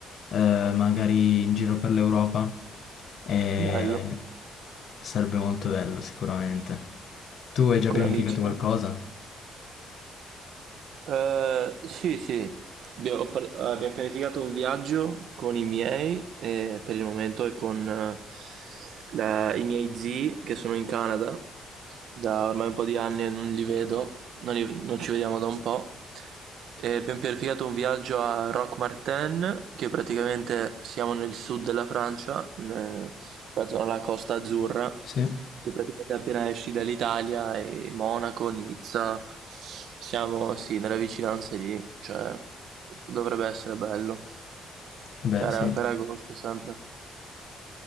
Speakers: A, on the left (about 60°); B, on the right (about 75°).
A: eh, magari in giro per l'Europa, e
B: Bello,
A: sarebbe molto bello sicuramente. Tu hai già
B: con
A: pianificato
B: amici?
A: qualcosa?
B: Eh, sì, sì, De- ho pre- abbiamo pianificato un viaggio con i miei e per il momento è con eh, la- i miei zii che sono in Canada. Da ormai un po' di anni non li vedo, non, li- non ci vediamo da un po'. E abbiamo pianificato un viaggio a Roquemartin, che praticamente siamo nel sud della Francia, in- proprio alla Costa Azzurra
A: Sì?
B: che praticamente appena esci dall'Italia e Monaco, Nizza, siamo sì, nelle vicinanze lì, cioè dovrebbe essere bello,
A: Vabbè,
B: per,
A: sì.
B: per agosto sempre.